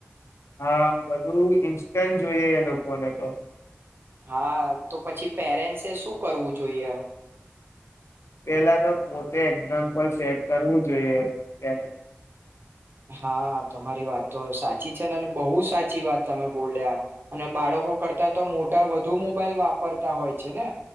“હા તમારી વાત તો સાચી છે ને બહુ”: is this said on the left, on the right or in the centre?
Right